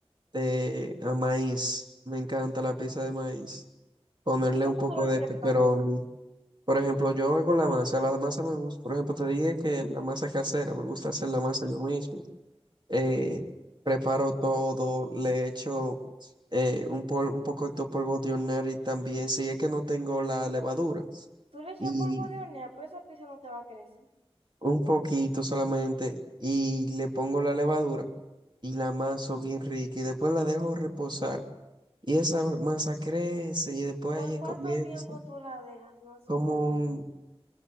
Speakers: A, on the right; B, on the right.
A: de a maíz. Me encanta la pizza de maíz. Ponerle
B: ¿Y cómo
A: un poco
B: tú la preparas?
A: de pepperoni. Por ejemplo, yo hago la masa. La masa me gusta. Por ejemplo, te dije que la masa casera, me gusta hacer la masa yo mismo. Eh, preparo todo, le echo eh, un, pol- un poco de polvo de hornear y también, si es que no tengo la levadura.
B: Tú le echas
A: y
B: polvo de hornear, pero esa pizza no te va a crecer.
A: un poquito solamente y le pongo la levadura y la amaso bien rica y después la dejo reposar y esa masa crece y después
B: ¿Por
A: ahí
B: cuánto
A: comienza
B: tiempo tú la dejas, más
A: como
B: o menos?
A: un